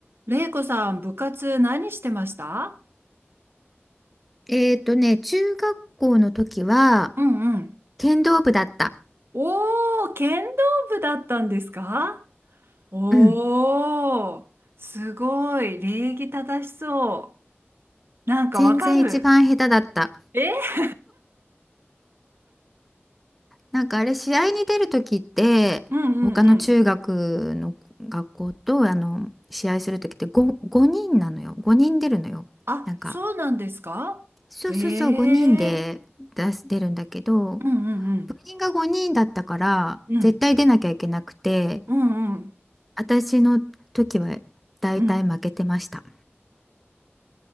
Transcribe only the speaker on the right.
れいこさん、部活何してました
うんうん。
おー、剣道部だったんですかおー、
すごい、礼儀正しそう。なんかわかる。
え
うんうんうん。
あ、
そうなんですかへえ。
うんうん
うん。うん。
うんうん
うん。